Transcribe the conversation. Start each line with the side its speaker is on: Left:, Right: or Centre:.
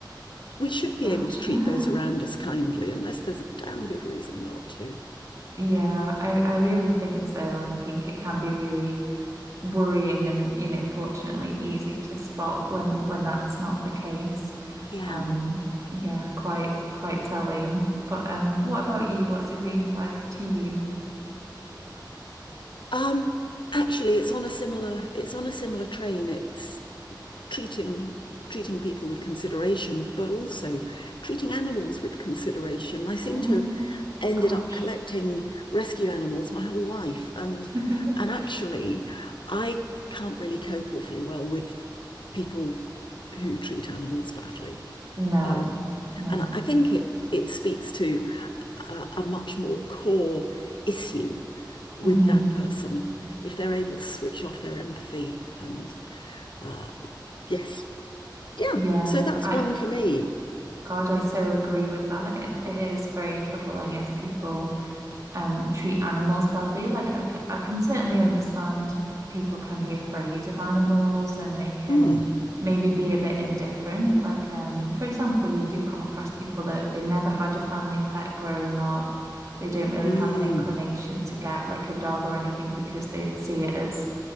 Left: We should be
Right: Gosh,
Left: able to treat
Right: yeah.
Left: those around us kindly unless there's a damn good reason not to.
Right: Yeah, I, I really think so. And I think it can be really worrying and you know fortunately easy to spot when when that's not the case
Left: Yeah.
Right: um yeah quite quite telling but um what about you what's a green flag to you
Left: Um actually it's on a similar it's on a similar train. It's treating treating people with consideration, but also treating animals with consideration. I seem
Right: Mm.
Left: to have ended
Right: gosh
Left: up collecting rescue animals my whole life, and
Right: <laughs>
Left: and actually, I can't really cope awfully well with people who treat animals badly.
Right: no
Left: Um,
Right: no
Left: and I think it it speaks to a, a much more core issue with
Right: hmm
Left: that person if they're able to switch off their empathy and uh, yes. Yeah,
Right: yeah
Left: so that's
Right: I
Left: one for me.
Right: God I so agree with that it, it is very troubling if people um treat animals badly. Like I can, I can certainly understand people can be afraid of animals and they can
Left: Mm,
Right: maybe be a bit indifferent. Like um for example, you do come across people that they never had a family pet growing up. They don't really
Left: mm.
Right: have an inclination to get like a dog or anything because they'd see it as